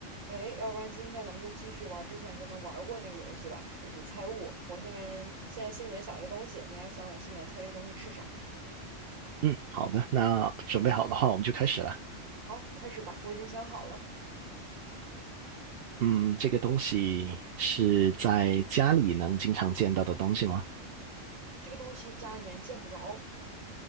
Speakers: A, on the right (about 75°); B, on the right (about 60°).
A: 哎，要不然今天咱们就继续玩之前咱们玩过那个游戏吧，就是猜物。我现在现在心里面想一个东西，你来想我心里面猜这个东西是啥。
B: 嗯，好的，那准备好的话，我们就开始了。
A: 好，开始吧，我已经想好了，
B: 嗯，这个东西是在家里能经常见到的东西吗？
A: 这个东西家里面见不着，